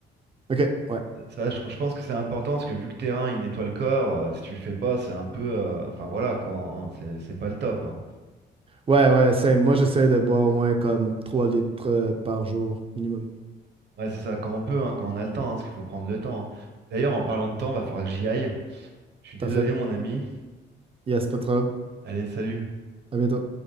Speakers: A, on the right; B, on the right.
A: OK, ouais.
B: Ça, ça, je trouve, je pense que c'est important parce que vu que terrain, il nettoie le corps, euh, si tu le fais pas, c'est un peu. euh, Enfin voilà, quoi. hein, c'est c'est pas le top. hein.
A: Ouais, ouais,
B: Bon.
A: c'est, moi, j'essaie de boire au moins comme 3 litres euh, par jour minimum.
B: Ouais, c'est ça, quand on peut, hein, quand on a le temps, hein, parce qu'il faut prendre le temps. hein. D'ailleurs, en parlant de temps, va falloir que j'y aille. Je suis désolé,
A: Parfait.
B: mon ami.
A: Yes, pas trop.
B: Allez, salut.
A: À bientôt.